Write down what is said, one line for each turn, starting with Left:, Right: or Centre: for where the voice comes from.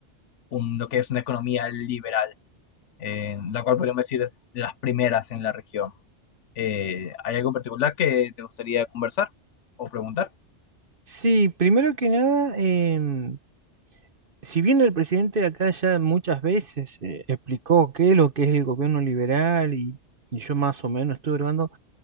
Left: un- lo que es una economía liberal, eh, la cual podríamos decir es de las primeras en la región. Eh, ¿hay algo en particular que te gustaría conversar o preguntar?
Right: Sí, primero que nada, em, Si bien el presidente de acá ya muchas veces eh, explicó qué es lo que es el gobierno liberal y, y yo más o menos estuve hablando,